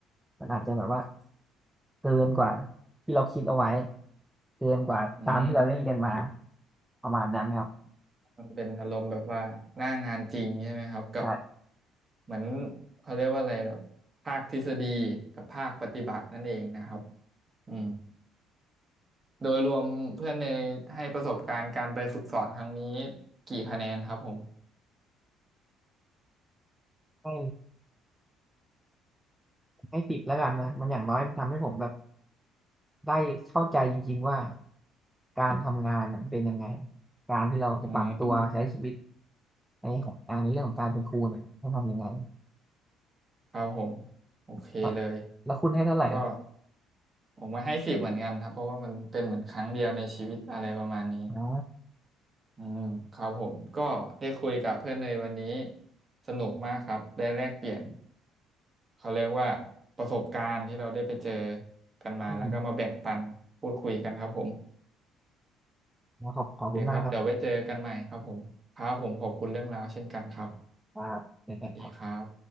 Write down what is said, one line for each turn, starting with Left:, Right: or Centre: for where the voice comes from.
Centre: มันอาจจะแบบว่าเกินกว่าที่เราคิดเอาไว้เกินกว่าตามที่เราได้เรียนมา
Right: อืม
Centre: ประมาณนั้นครับ
Right: มันเป็นอารมณ์แบบว่าหน้างานจริงใช่ไหมครับกับ
Centre: ใช่
Right: เหมือนเขาเรียกว่าอะไรแบบภาคทฤษฎีกับภาคปฏิบัตินั่นเองนะครับอืม โดยรวมเพื่อนเนยให้ประสบการณ์การไปฝึกสอนครั้งนี้กี่คะแนนครับผม
Centre: ให้ให้ติดแล้วกันนะมันอย่างน้อยมันทำให้ผมแบบ ได้เข้าใจจริงๆว่าการทำงานเนี่ยมันเป็นยังไง การที่เราจะปรับตัวใช้ชีวิต
Right: อืม
Centre: ในของงานในเรื่องของการเป็นครูเนี่ยต้องทำยังไง
Right: ครับผมโอเคเลย
Centre: ครับแล้วคุณให้เท่าไหร่ครับ
Right: ก็ผมมาให้สิบเหมือนกันครับเพราะว่ามันเป็นเหมือนครั้งเดียวในชีวิตอะไรประมาณนี้
Centre: อ๋อ
Right: อืมครับผมก็ได้คุยกับเพื่อนเนยวันนี้สนุกมากครับได้แลกเปลี่ยนเขาเรียกว่าประสบการณ์ที่เราได้ไปเจอกันมาแล้วก็มาแบ่งปันพูดคุยกันครับผม
Centre: อืมขอบขอบคุณมากครับ
Right: โอเคครับเดี๋ยวไว้เจอกันใหม่ครับผมครับผมขอบคุณเรื่องราวเช่นกันครับ
Centre: ครับเจอกันครับ
Right: สวัสดีครับ